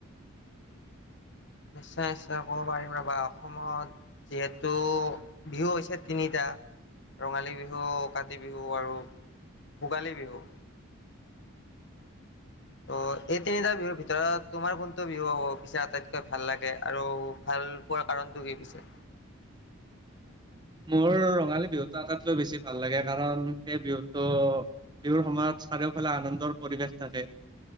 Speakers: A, on the left; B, on the right.
A: নিশ্চয় নিশ্চয় ক'ব পাৰিম ৰবা অসমত যিহেতু বিহু হৈছে তিনিটা। ৰঙালী বিহু, কাতি বিহু আৰু ভোগালী বিহু। ত' এই তিনিটা বিহুৰ ভিতৰত তোমাৰ কোনটো বিহু পিছে আটাইতকৈ ভাল লাগে আৰু ভাল। ৱাৰ কাৰণটো কি পিছে।
B: মোৰ ৰঙালী বিহুটো আটাইতকৈ বেছি ভাল লাগে কাৰণ সেই বিহুটো বিহুৰ সময়ত চাৰিওফালে আনন্দৰ পৰিৱেশ থাকে।